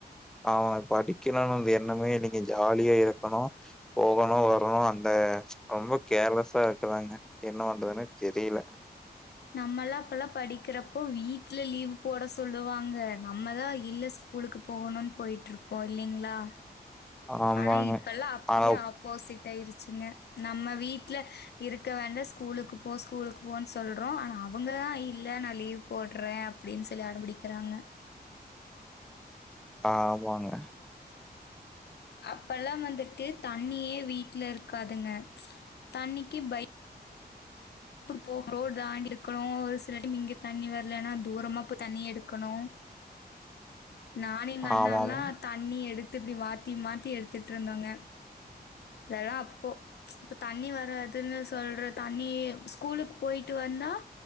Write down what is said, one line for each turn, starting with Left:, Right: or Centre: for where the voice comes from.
Centre: அவுங்க படிக்கணுன் அந்த எண்ணமே நீங்க ஜாலியா இருக்கணும் போகணும் வரணும் அந்த ரொம்ப கேர்லஸ்ஸா இருக்கறாங்க என்ன பண்றதுன்ன தெரியல
Left: நம்மல்லா அப்பல்லா படிக்கறப்ப வீட்ல லீவு போட சொல்லுவாங்க நம்மதா இல்ல ஸ்கூலுக்கு போகணுன் போயிட்டு இருப்போம் இல்லீங்களா
Centre: ஆமாங்க
Left: ஆனா இப்பல்லா அப்டியே
Centre: ஆ
Left: ஆப்போசிட் ஆயிருச்சுங்க நம்ம வீட்ல இருக்க வேண்டா ஸ்கூலுக்கு போ ஸ்கூலுக்கு போன் சொல் றோம் ஆனா அவுங்க தா இல்ல நா லீவ் போடறே அப்டின் சொல்லி அடம்பிடிக்கிறாங்க
Centre: ஆமாங்க
Left: அப்பல்லா வந்துட்டு தண்ணியே வீட்ல இருக்காதுங்க தண்ணிக்கு பய் புக் ரோடு தாண்டி இருக்கணும் ஒரு சில டைம் இங்க தண்ணி வரலன்னா தூரமா போய் தண்ணி எடுக்கணும் நானு எங்க அண்ணா
Centre: ஆமாமா
Left: ல்லா தண்ணி எடுக் இப்டி மாத்தி மாத்தி எடுத்துட்டு இருந்தோங்க அதெல்லா அப்போ இப்ப தண்ணி வராதுன்னு சொல்ற தண்ணிய ஸ்கூலுக்கு போயிட்டு வந்தா